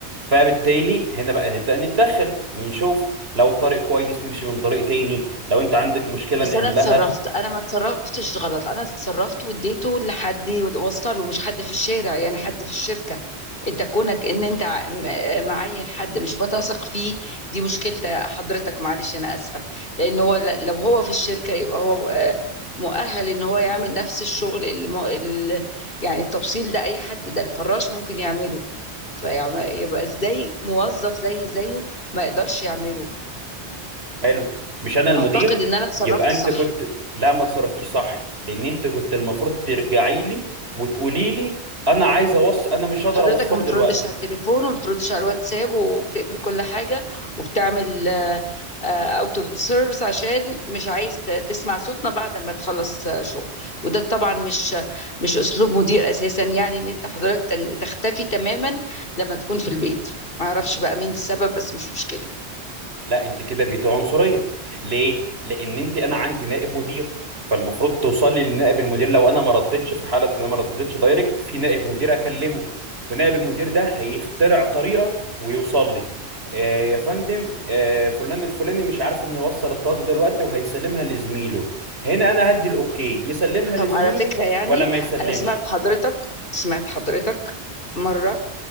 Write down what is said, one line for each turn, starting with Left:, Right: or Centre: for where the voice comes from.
Right: فبالتالي هنا بقى نبدا نتدخل ونشوف لو الطريق كويس نمشي من طريق تاني لو انت عندك مشكله
Left: بس
Right: نحلها
Left: انا اتصرفت انا ما اتصرفتش غلط انا اتصرفت واديته لحد وصل ومش حد في الشارع يعني حد في الشركه انت كونك ان انت ع- م- معين حد مش بتثق فيه دي مشكلة حضرتك معلش انا اسفه لان هو ل- لو هو في الشركه يبقى هو آه، مؤهل ان هو يعمل نفس الشغل اللي مو- ال- يعني التوصيل ده اي حد ده الفراش ممكن يعمله فيبقى ازاي موظف زي زيه ما يقدرش يعمله
Right: حلو مش انا المدير
Left: اعتقد ان انا اتصرفت
Right: يبقى انت
Left: صح
Right: كنت لا ما تصرفتيش صح لان انت كنت المفروض ترجعي لي وتقولي لي انا عايز اوصل انا مش هقدر
Left: حضرتك
Right: اوصله
Left: ما بتردش
Right: دلوقتي
Left: على التليفون وما بتردش على الواتساب وبتقفل كل حاجة وبتعمل اوت اوف سيرفيس عشان مش عايز ت- تسمع صوتنا بعد ما تخلص آه، شغل وده طبعا مش مش اسلوب مدير اساسا يعني ان انت حضرتك تن- تختفي تماما لما تكون في البيت ما اعرفش بقى مين السبب بس مش مشكلة
Right: لا انت كده بقيتي عنصريه ليه لان انت انا عندي نائب مدير فالمفروض توصلي لنائب المدير لو انا ما ردتش في حاله ان انا ما ردتش دايركت في نائب مدير اكلمه ونائب المدير ده هيخترع طريقه ويوصل لي آه يا فندم آه فلان الفلاني مش عارف انه يوصل الطاقه دلوقتي وهيسلمها لزميله هنا انا هدي الاوكي يسلمها
Left: طب
Right: لزميله
Left: على فكرة يعني
Right: ولا ما يسلمش
Left: انا سمعت حضرتك سمعت حضرتك مرة